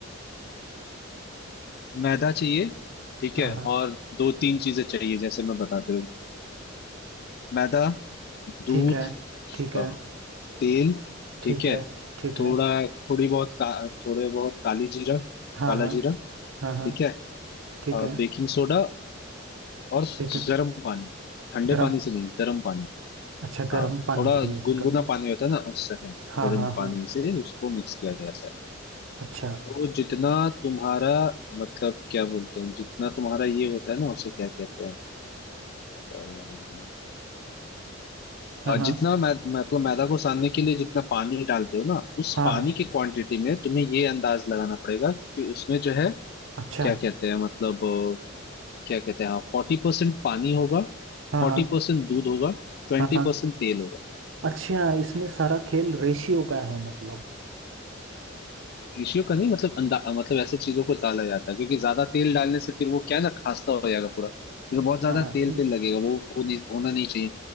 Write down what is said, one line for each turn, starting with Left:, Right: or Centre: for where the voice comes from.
Left: मैदा चाहिए ठीक
Right: हाँ
Left: है
Right: हाँ
Left: और दो तीन चीजें चाहिए जैसे मैं बताते रहूँ मैदा
Right: ठीक
Left: दूध
Right: है ठीक है
Left: अ, तेल
Right: ठीक
Left: ठीक है
Right: है ठीक
Left: थोड़ा
Right: है
Left: थोड़ी बहुत का, थोड़े बहुत काली जीरा
Right: हाँ
Left: काला
Right: हाँ
Left: जीरा
Right: हाँ हाँ
Left: ठीक है
Right: ठीक
Left: और
Right: है
Left: बेकिंग सोडा और
Right: ठीक है
Left: गर्म पानी ठंडे
Right: गरम
Left: पानी से नहीं गर्म पानी
Right: अच्छा गरम
Left: हाँ
Right: पानी
Left: थोड़ा
Right: का यूज़
Left: गुनगुना
Right: करना है
Left: पानी होता है ना उससे हाँ
Right: हाँ
Left: गर्म
Right: हाँ
Left: पानी
Right: हाँ
Left: से उसको मिक्स किया जाता है
Right: अच्छा
Left: तो जितना तुम्हारा मतलब क्या बोलते हैं जितना तुम्हारा ये होता है ना उसे क्या कहते हैं अम,
Right: हाँ
Left: और
Right: हाँ
Left: जितना मै, मतलब मैदा को सानने के लिए जितना पानी डालते हो ना उस
Right: हाँ
Left: पानी
Right: हाँ
Left: की क्वांटिटी में तुम्हें ये अंदाज लगाना पड़ेगा कि उसमें जो है
Right: अच्छा
Left: क्या कहते हैं मतलब अ, क्या कहते हैं हाँ फोर्टी परसेंट पानी होगा
Right: हाँ
Left: फोर्टी
Right: हाँ
Left: परसेंट दूध होगा ट्वेंटी
Right: हाँ हाँ
Left: परसेंट तेल होगा
Right: अच्छा इसमें सारा खेल रेशियो का है मतलब
Left: रेशियो का नहीं मतलब अंदा मतलब ऐसे चीजों को डाला जाता है क्योंकि ज्यादा तेल डालने से फिर वो क्या है ना खास्ता हो जाएगा पूरा फिर बहुत ज्यादा
Right: हाँ
Left: तेल तेल लगेगा वो हो नहीं होना नहीं चाहिए